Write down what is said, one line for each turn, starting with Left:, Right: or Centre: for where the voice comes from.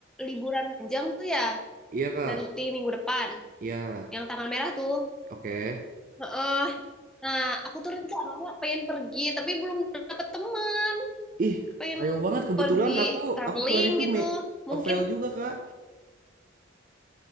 Centre: liburan panjang tuh ya
Right: iya, Kak.
Centre: nanti minggu depan
Right: Iya.
Centre: yang tanggal merah tuh.
Right: Oke.
Centre: Heeh. Nah, aku tuh rencananya pengen pergi tapi belum dapet teman,
Right: Ih,
Centre: pengen
Right: ayo banget kebetulan
Centre: pergi
Right: aku
Centre: traveling
Right: aku bulan itu
Centre: gitu.
Right: me
Centre: Mungkin
Right: Ovel juga, Kak.